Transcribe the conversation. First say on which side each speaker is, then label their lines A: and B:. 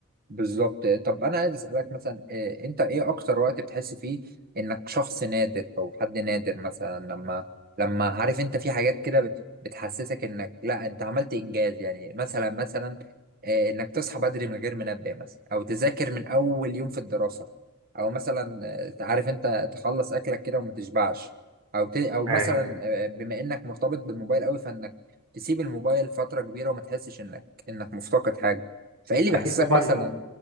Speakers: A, on the right; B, on the right.
A: بالظبط طب انا عايز اسالك مثلا آه، انت ايه اكتر وقت بتحس فيه انك شخص نادر او حد نادر مثلا لما لما عارف انت في حاجات كده بت- بتحسسك انك لا انت عملت انجاز يعني مثلا مثلا آه، انك تصحى بدري من غير منبه مثلا او تذاكر من اول يوم في الدراسة او مثلا آه، عارف انت تخلص اكلك كده وما تشبعش او ت... او مثلا
B: ايوه
A: آه، بما انك مرتبط بالموبايل قوي فانك تسيب الموبايل فترة كبيرة وما تحسش انك انك مفتقد حاجة فايه اللي بيحسسك
B: اكيد طبعا
A: مثلا